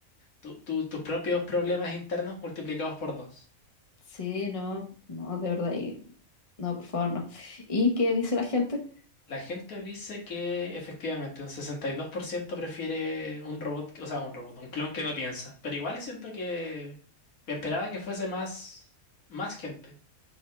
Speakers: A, on the left; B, on the left.
A: tu- tu- tus propios problemas internos multiplicados por dos.
B: Sí, no, no, de verdad, y- no, por favor, no. ¿Y qué dice la gente?
A: La gente dice que efectivamente un 62% prefiere un robot, que- o sea, un robot, un clon que no piensa. Pero igual siento que me esperaba que fuese más, más gente.